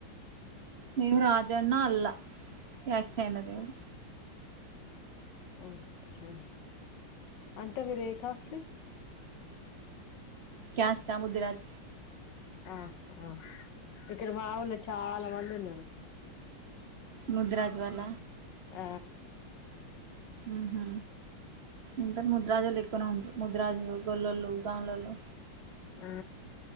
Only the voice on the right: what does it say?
మేము రాజన్న అల్లా ఎక్ కైనదేవ్
క్యాస్టా ముద్దురాజ్
ముద్రాజ్ వాళ్ళ
మ్ హు ఉంటారు ముద్రాజోళ్ళు ఎక్కువనే ఉంట్రు ముద్రాజు గొల్లలు గామ్ళొళ్ళు